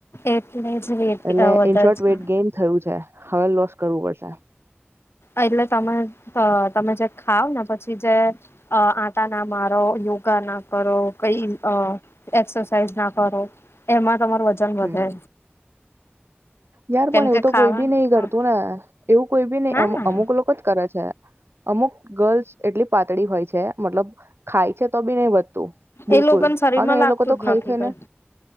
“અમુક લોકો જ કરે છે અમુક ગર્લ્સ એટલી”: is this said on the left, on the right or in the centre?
Right